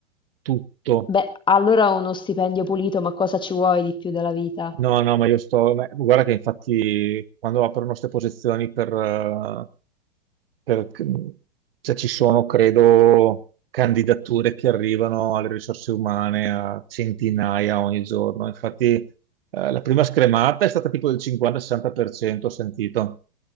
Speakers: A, on the right; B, on the left.
A: tutto.
B: Beh, allora uno stipendio pulito, ma cosa ci vuoi di più dalla vita?
A: No, no, ma io sto, ma- guarda che infatti quando aprono queste posizioni per, eh, per- cioè, ci sono, credo, candidature che arrivano alle risorse umane a centinaia ogni giorno. Infatti, eh, la prima scremata è stata tipo del 50-60%, ho sentito.